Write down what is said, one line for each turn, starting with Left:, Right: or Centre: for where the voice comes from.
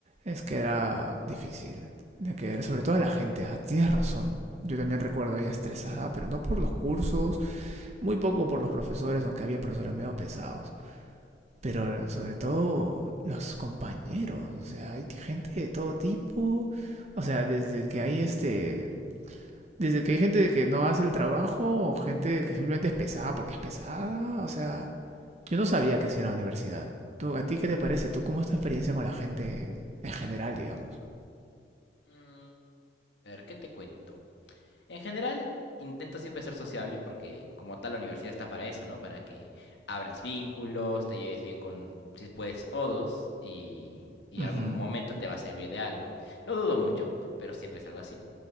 Right: es que era difícil. De que, sobre todo la gente, ah, tienes razón. Yo también recuerdo a ella estresada, pero no por los cursos, muy poco por los profesores, aunque habían profesores medio pesados. Pero sobre todo los compañeros, o sea, hay gente de todo tipo. O sea, desde que hay este desde que hay gente que no hace el trabajo o gente que simplemente es pesada porque es pesada, o sea, yo no sabía que hacía la universidad. ¿Tú, ¿A ti qué te parece? ¿Tú cómo es tu experiencia con la gente en general, digamos?
Left: Mm, A ver, ¿qué te cuento? En general, intento siempre ser sociable porque como tal la universidad está para eso, ¿no? Para que abras vínculos, te lleves bien con, si puedes, todos y, y
Right: Ujú,
Left: algún momento te va a servir de algo. Lo dudo mucho, pero siempre es algo así.